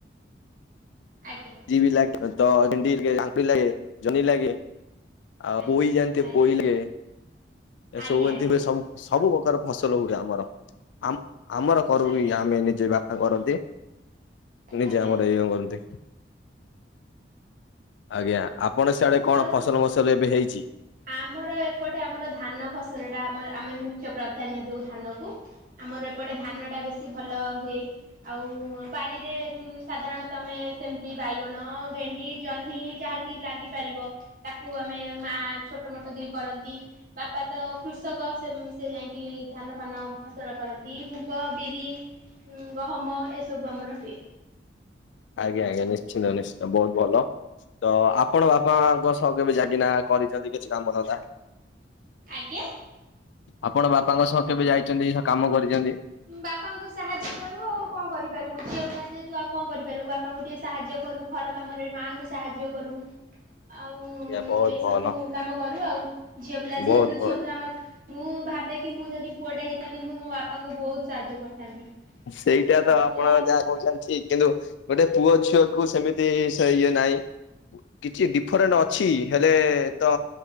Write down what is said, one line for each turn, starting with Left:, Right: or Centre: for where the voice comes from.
Right: ଆଜ୍ଞା।
Left: ଟି ବି ଲାଗେ ତ ଭେଣ୍ଡି ଆମ୍ପି ଲାଗେ ଜହ୍ନି ଲାଗେ। ଆଉ
Right: ଆଜ୍ଞା
Left: ପୋଇ ଜାଣିଥିଏ
Right: ଆଜ୍ଞା
Left: ପୋଇ ଲେଗେ। ଏ
Right: ଆଜ୍ଞା
Left: ସବୁ ଏନ୍ତି ହୁଏ ସବୁ ସବୁ ପକାର ଫସଲ ହୁଏ ଆମର। ଆମ ଆମର କରୁ
Right: ଆଜ୍ଞା ଆଜ୍ଞା
Left: ହିଁ ଆମେ ନିଜେ ବା କରନ୍ତି ନିଜେ
Right: ଆଜ୍ଞା
Left: ଆମର ଏଇ <unintelligible> କରନ୍ତି। ଆଜ୍ଞା ଆପଣ ସିଆଡେ କଣ
Right: ଆଉ
Left: ଫସଲ ମସଲ ଏବେ ହେଇଛି?
Right: ଆମର ଏପଟେ ଆମର ଧାନ ଫସଲ ଟା ଆମ ଆମେ ମୁଖ୍ୟ ପ୍ରାଧାନ୍ୟ ଦଉ ଧାନ କୁ ଆମର ଏପଟେ ଧାନ ଟା ବେଶୀ ଭଲ ହୁଏ। ଆଉ ବାରିରେ ଉଁ ସାଧାରଣତଃ ଆମେ ସେମିତି ବାଇଗଣ ଭେଣ୍ଡି ଜହ୍ନି ଯାହାକି ଲାଗି ପାରିବ ତାକୁ ଆମେ ମା ଛୋଟ ମୋଟ ଦେଇ କରନ୍ତି। ବାପା ତ କୃଷକ ସେ ସେ ଯାଇକି ଧାନ ଫାନ ଫସଲ କରନ୍ତି ମୁଗ ବିରି ଉଁ ଗହମ ଏସବୁ ଆମର ହୁଏ।
Left: ଆଜ୍ଞା ଆଜ୍ଞା ନିଶ୍ଚିନ୍ତ ନିଶ୍ଚିନ୍ତ ବହୁତ ଭଲ। ତ ଆପଣ ବାପାଙ୍କ ସହ କେବେ ଯାଗିନା କରିଛନ୍ତି କିଛି କାମ ନଥାନ୍ତା।
Right: ଆଜ୍ଞା।
Left: ଆପଣ ବାପାଙ୍କ ସହ କେବେ ଯାଇଛନ୍ତି କାମ କରିଛନ୍ତି।
Right: ବାପାଙ୍କୁ ସାହାଯ୍ୟ କରୁ ଆଉ କଣ କରିପାରିବୁ ଝିଅ ପିଲା ଯେହେତୁ ଆଉ କଣ କରିପାରିବୁ ବାପାଙ୍କୁ ଟିକେ ସାହାଯ୍ୟ କରୁ। ଘର କାମରେ ମାଆଙ୍କୁ ସାହାଯ୍ୟ କରୁ। ଆଉଁ
Left: ଆଜ୍ଞା ବହୁତ
Right: ଏଇ ସବୁ
Left: ଭଲ
Right: କାମ କରୁ ଆଉ ଝିଅ ପିଲା
Left: ବହୁତ
Right: ଯେହେତୁ
Left: ଭଲ।
Right: ଝିଅ ପିଲା ଆମ ମୁଁ ଭାବେ କି ମୁଁ ଯଦି ପୁଅଟା ହେଇଥାନ୍ତି ମୁଁ ମୋ ବାପାଙ୍କୁ ବହୁତ ସାହାଯ୍ୟ କରିଥାନ୍ତି।
Left: ସେଇଟା
Right: ଆଉ
Left: ତ
Right: ପୁଅ
Left: ଆପଣ ଯାହା କହୁଛନ୍ତି ଠିକ। କିନ୍ତୁ ଗୋଟେ ପୁଅ ଝିଅ କୁ ସେମିତି ସେ ଇଏ ନାହିଁ। କିଛି ଡିଫରେଣ୍ଟ ଅଛି ହେଲେ ତ